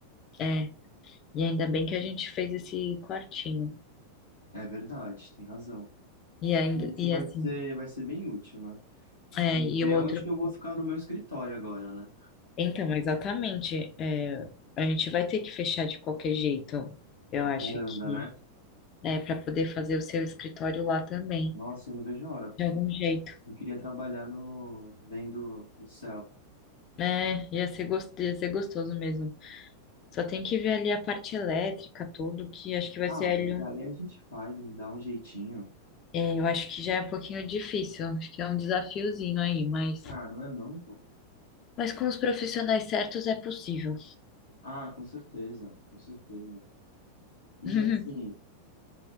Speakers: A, on the left; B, on the left.
A: É, e ainda bem que a gente fez esse quartinho.
B: É verdade, tem razão.
A: E
B: No
A: ainda,
B: começo
A: e
B: vai
A: assim,
B: ser, vai ser bem útil, né? E
A: é,
B: Vamos
A: e
B: ver
A: o outro.
B: onde que eu vou ficar no meu escritório agora, né?
A: Então, exatamente. é, a gente vai ter que fechar de qualquer jeito, eu
B: A
A: acho
B: varanda,
A: que.
B: né?
A: É, para poder fazer o seu escritório lá também,
B: Nossa, eu não vejo a hora, porque
A: de algum jeito.
B: eu queria trabalhar no vendo o céu.
A: É, ia ser, gos- ia ser gostoso mesmo. Só tem que ver ali a parte elétrica, tudo, que acho que vai
B: Ah,
A: ser ali
B: mas
A: um.
B: aí a gente faz, dá um jeitinho.
A: é, eu acho que já é um pouquinho difícil. Acho que é um desafiozinho aí, mas.
B: Ah, não é não, pô.
A: Mas com os profissionais certos é possível.
B: Ah, com certeza, com certeza. E
A: <laughs>
B: assim,